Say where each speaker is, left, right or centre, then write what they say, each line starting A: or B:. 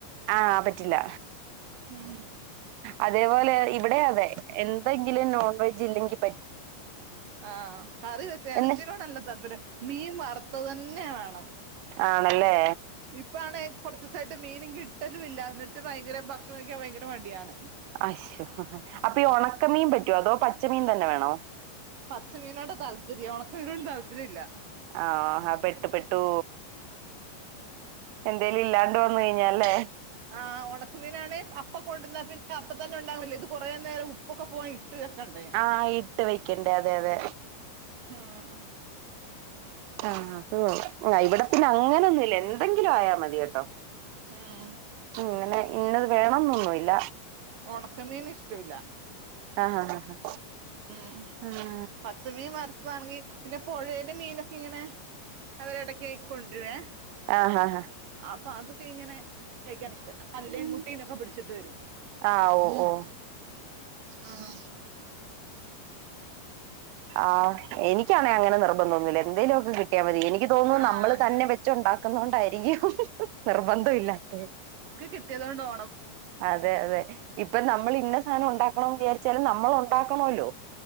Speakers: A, on the right (about 85°); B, on the right (about 60°).
A: ആഹ് പറ്റില്ല
B: ഉം
A: അതേപോലെ ഇവിടെ അതെ എന്തെങ്കിലും നോൺവെജ് ഇല്ലെങ്കിൽ
B: ആഹ കറി വെച്ച് ഇറച്ചയിലോണല്ല
A: എന്ന്
B: താപര്യം മീൻ വർ പൊത്ത തന്നെ വേണം
A: ആണല്ലേ
B: ഇപ്പ കുറച്ച ദിവസമായിട്ട് മീനും കി ഇലുംില്ല എന്നിട്ട് ഭയങ്കര ഭക്ഷണം വഴിക്കാൻ ഭയങ്കര മടിയാണ്
A: അ അപ്പൊ ഈ ഉണക്കമീൻ പറ്റോ അതോ പച്ച മീൻ തന്നെ വേണോ
B: പച്ചമീനോട് താല്പര്യം ഉണക്കമീനോും താല്പര്യം ഇില്ല
A: ആഹ ആ പെട്ടു പെട്ടു എന്തേലും ഇല്ലാണ്ട് വന്ന കഴിഞ്ഞാല് അല്ലേ
B: ആ് ഉണക്കുമീനാണ് അപ്പൊ കൊണ്ടിന്ന പിന്നെ അപ്പ തന്നെ ഉണ്ടാാവില്ല ഇത് കുറേ നേരം ഉപ്പൊക്കെ പോവാൻ വെക്കണ്ടേ
A: ആഹ ഇട്ട് വെക്കണ്ടേ അതെ അതെ
B: ആഹ
A: ആഹ അ ഇവിടെ പിന്നെ അങ്ങനൊന്നുംല്ല എന്തെങ്കിലും ആയാ മതി കേട്ടോ
B: ഉം
A: ഇങ്ങനെ ഇന്നത് വേണംന്നൊന്നുംല്ല
B: ഉണക്കമീൻ ഇഷ്ടമില്ല
A: ആഹ് ആഹ്
B: ഉം
A: ആഹ്
B: പച്ചമീ മർത്തമാണക പിന്നെ പുഴന്റെ മീനൊക്കെ ഇങ്ങനെ അവരിടക്ക് ക്കണ്ടരെ
A: ആഹ് ആഹ് ആഹ്
B: അപ്പൊ അത് ഇങ്ങനെ കഴിക്കാൻ ഇഷ്ട അല്ലേയും കുട്ടീനോക്കെ പിടിച്ചിട്ട് വരും
A: ആ ഓ ഓ
B: ആഹ
A: ആ് എനിക്കാ അങ്ങനെ നിർബന്ധ തോന്നുന്നില്ല എന്തേലുമ ഒക്കെ കിട്ടിയാൽ മതിനി എനിക്ക് തോന്നുന്നു
B: ആഹ്
A: നമ്മള് തന്നെ വെച്ച ഉണ്ടാക്കുന്നോണ്ടായിരിക്കും നിർബന്ധം ഇല്ലാത്ത
B: കിട്ടത്ണ്ടോ
A: അതെ അതെ ഇപ്പൊ നമ്മൾ ഇന്ന സാധനം ഉണ്ടാക്കണം വിചാരിച്ചാലും നമ്മൾ ഉണ്ടാക്ക ണല്ലോ